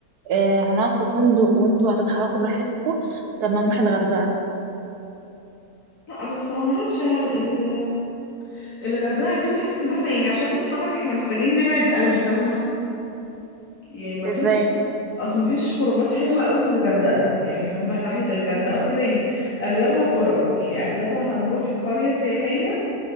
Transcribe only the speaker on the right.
آه، هنقعد في فندق وانتوا هتتحركوا براحتكم طب ما نروح الغردقة
ازاي